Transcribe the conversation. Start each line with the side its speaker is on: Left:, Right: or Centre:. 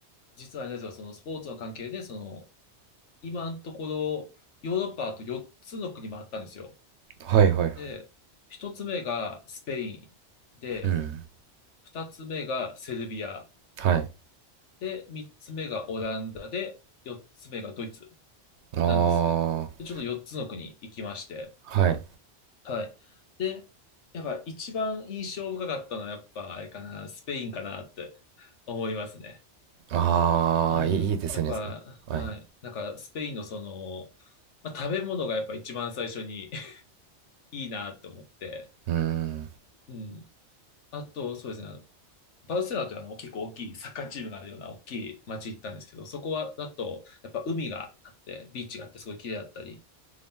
Left: 実はあれなんですよ。そのスポーツの関係で、その、今のところ、ヨーロッパあと4つの国もあったんですよ。
Right: はいはい。
Left: で、1つ目がスペイン。で、
Right: うん。
Left: 二つ目がセルビア。
Right: はい。
Left: で、三つ目がオランダで、四つ目がドイツ
Right: ああ、
Left: なんですね。で、ちょっと四つの国行きまして。
Right: はい。
Left: はい。で、やっぱ一番印象深かったのはやっぱあれかな、スペインかなって思いますね。
Right: ああ、
Left: うん。
Right: いいいいですね。
Left: やっぱ、
Right: はい
Left: はい。なんかスペインのその、まあ、食べ物がやっぱ一番最初に <laughs> いいなって思って。
Right: うーん。
Left: うん。あと、そうですね。バルセロナというあの結構大きいサッカーチームがあるような大きい街行ったんですけど、そこはだとやっぱ海があって、ビーチがあってすごい綺麗だったり、